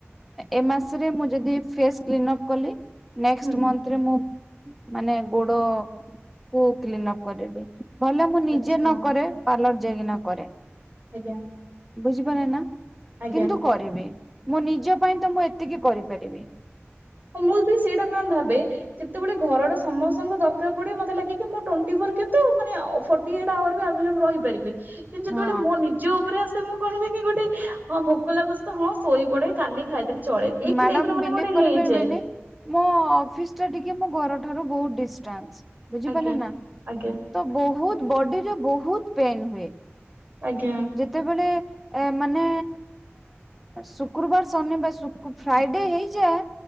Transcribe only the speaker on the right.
ହୁଁ
ଆଚ୍ଛା
ଆଜ୍ଞା
ଆଜ୍ଞା
ମୁଁ ବିି ସେଇଟା ମ୍ୟାମ୍ ଭାବେ ଯେତେବେଳେ ଘରର ସମସ୍ତଙ୍କୁ ଦରକାର ପଡିବ ମତେ ଲାଗେ କି ଟଣ୍ଟି ଫୋର କିନ୍ତୁ ମାନେ ଫୋଟି ଏଇଟ୍ ହାୱାର୍ ବି ଆଭେଲେବଲ ରହିପାରିବି କିନ୍ତୁ ଯେତେବେଳେ
ମୋ ନିଜ ଉପରେ ଆସେ ମୁଁ କଣ କହିବି କି ଗୋଟେ ହଁ ଭୋକ ଲାଗୁଛି ତ ହଁ ଶୋଇ ପଡେ କାଲି ଖାଇଦେବି ଚଳେ ଏଇ
ଟାଇପରେ ମାନେ
ଗୋଟେ
ହେଇଛି
ଆଜ୍ଞା
ଆଜ୍ଞା
ଆଜ୍ଞା